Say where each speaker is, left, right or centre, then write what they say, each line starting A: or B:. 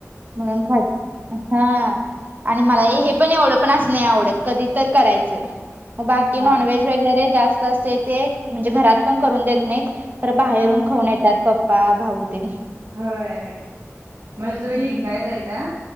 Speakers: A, on the right; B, on the right.
A: म्हणून खात हा आणि मला
B: हा
A: ये हे पण एवढं पण असं नाय आवडत कधीतर करायचं बाकी
B: हा
A: नॉनव्हेज वगै गरे जास्त असतंय ते म्हणजे घरात पण करून देत नायत खरं बाहेरून
B: ह
A: खाऊन येतात पप पा भाऊ ते
B: व्हय म्हणजे
A: हम्म
B: तुम्ही लिंगायत हाय काय